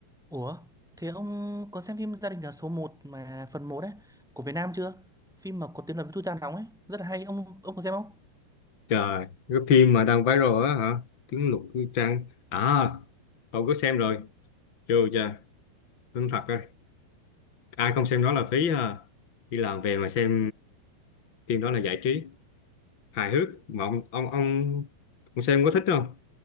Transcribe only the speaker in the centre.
Ủa, thế ông có xem phim Gia đình nhà số một mà phần một ấy của Việt Nam chưa? Phim mà có tiếng là với Thu Trang đóng ấy, rất là hay. Ông ông có xem không?